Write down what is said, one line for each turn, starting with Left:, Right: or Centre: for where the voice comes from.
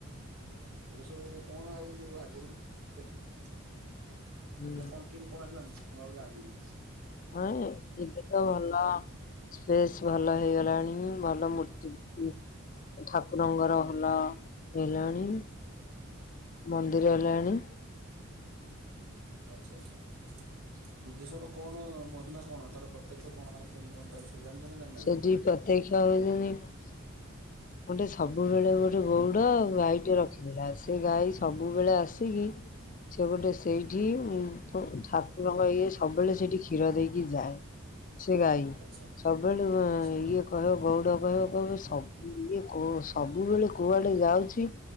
Right: ଏବେ ସବୁ କଣ ଆଉ ଆଗରୁ ମୁଁ ଦେଖିଛି,
Left: ହୁଁ
Right: ଏବେ କଣ କିମ୍ କଣ ହେଲାନି, ମୁଁ ଆଉ ଜାଣିନି?
Left: ହଁ, ଏ ଏବେ ତ ଭଲ। ସ୍ପେସ୍ ଭଲ ହେଇଗଲାଣି, ଭଲ ମୂର୍ତ୍ତିର୍ତି ଠାକୁରଙ୍କର ଭଲ ହେଲାଣି। ମନ୍ଦିର ହେଲାଣି।
Right: ଆଚ୍ଛା, ଆଚ୍ଛା, ବୁଦ୍ଧେଶ୍ୱର କଣ ମହିମା କଣ ତାର ପ୍ରତ୍ୟକ୍ଷ କଣ ମାନେ କେମିତି କଣ ତା ବିଷୟରେ। ଜାଣିଚ ନା ଜାଣି
Left: ସେଠି ପ୍ରତ୍ୟେକ୍ଷ <unintelligible> ଗୋଟେ ସବୁବେଳେ ଗୋଟେ ଗଉଡ ଗାଈ ଟେ ରଖିଥିଲା ସେ ଗାଈ ସବୁବେଳେ ଆସିକି ସେ ଗୋଟେ ସେଇଠି ଉ ପ୍ ଠାକୁରଙ୍କ ଇଏ ସବୁବେଳେ ସେଇଠି କ୍ଷୀର ଦେଇକି ଯାଏ। ସେ ଗାଈ
Right: ଆଚ୍ଛା
Left: ସବୁବେଳେ
Right: ଆଚ୍ଛା
Left: ଇଏ କହିବ, ଗଉଡ କହିବ, କହିବ ସବୁ ଇଏ କ ସବୁବେଳେ କୁଆଡେ ଯାଉଛି?